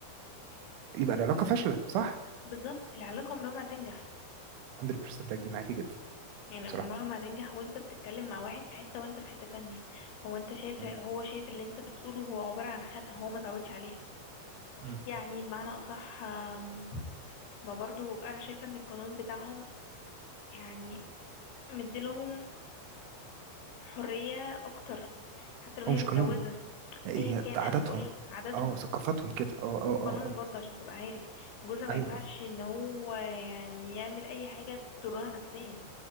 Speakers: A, on the right; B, on the left.
A: يبقى العلاقه فاشله صح
B: بالظبط العلاقه عمرها ما هتنجح
A: 100% اجري معاكي جدا
B: يعني
A: بصراحه
B: عمرها ما هتنجح وانت بتتكلم مع واحد في حته وانت في حته تانية هو انت شايف
A: تمام
B: هو شايف اللي انت بتقوله هو عباره عن خنقه هو ما تعودش عليها
A: مم.
B: يعني بمعنى أصح آم، ما برضو أنا شايفة إن القانون بتاعهم يعني مديلهم حرية أكتر حتى لو هي
A: هو مش
B: متجوزة
A: قانون هي
B: أيا كان
A: عاداتهم
B: أنا بقولك عاداتهم
A: اه ثقافتهم كده اه اه
B: والقانون
A: اه اه
B: برضه عشان تبقى عارف جوزها ما
A: ايوه
B: ينفعش إن هو يعني يعمل أي حاجة تضرها نفسيا